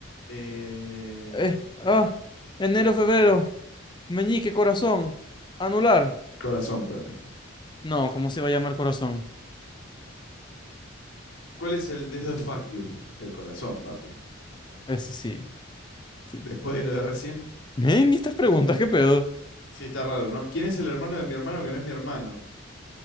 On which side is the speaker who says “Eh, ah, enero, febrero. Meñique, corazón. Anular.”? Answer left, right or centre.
Left